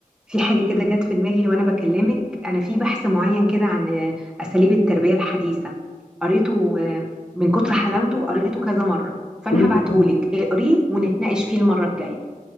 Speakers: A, in the centre; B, on the left.
A: في حاجة كده جت في دماغي وأنا بكلمك أنا في بحث معين كده عن أساليب التربية الحديثة قريته آه، من كتر حلاوته قريته كذا مرة فأنا
B: قولي
A: هبعتهولك
B: لي تاني
A: اقريه ونتناقش فيه المرة الجاية